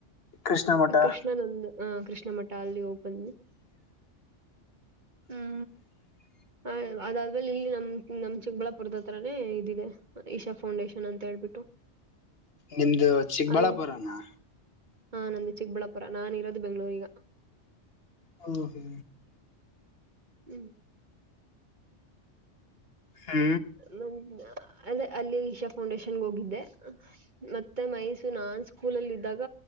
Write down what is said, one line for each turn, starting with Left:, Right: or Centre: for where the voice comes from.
Left: ಕೃಷ್ಣ ಮಠ
Right: ಕೃಷ್ಣದೊಂದು ಅ ಕೃಷ್ಣ ಮಠ ಅಲ್ಲಿ ಹೋಗಿ ಬಂದ್ವಿ ಹ್ಮ್
Left: <inaudible>
Right: ಹ ಅದಾದ್ಮೇಲೆ ಇಲ್ಲಿ ನಮ್ ನಮ್ ಚಿಕ್ಕಬಳ್ಳಾಪುರದ ಹತ್ರೇ ಇದದೆ ಈಶಾ ಫೌಂಡೇಶನ್ ನ ಅಂತ ಹೇಳ್ಬಿಟ್ಟು
Left: ನಿಮ್ದು ಚಿಕ್ಕಬಳ್ಳಾಪುರನ
Right: ಅಲ್ಲಿ ಹಾ ನಂದು ಚಿಕ್ಕಬಳ್ಳಪುರ ನಾನ್ ಇರೋದು ಬೆಂಗಳೂ ಈಗ
Left: ಹ ಹ
Right: ಹ್ಮ್
Left: ಹಾ
Right: ನ ಅ ಅಲ್ಲಿ ಈಶಾ ಫೌಂಡೇಶನ್ಗೆ ಹೋಗಿದ್ದೆ ಮತ್ತೆ ಮೈಸೂರು ನಾನ್ ಸ್ಕೂಲಲ್ಲಿ ಇದ್ದಾಗ